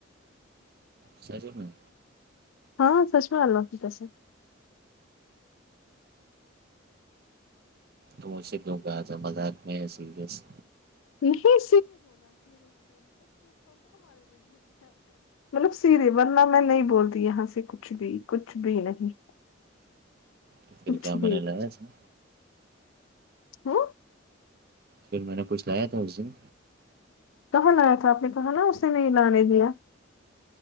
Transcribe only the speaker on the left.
ہاں سچ مے اللہ کی قسم
<unintelligible> مطلب سیدھے ورنہ میں نہیں بولتی یہاں سے کچھ بھی کچھ بھی نہیں
کچھ
بھی
ہ
کہاں لایا تھا آپ نے کہاں نا اس نے نہیں لانے دیا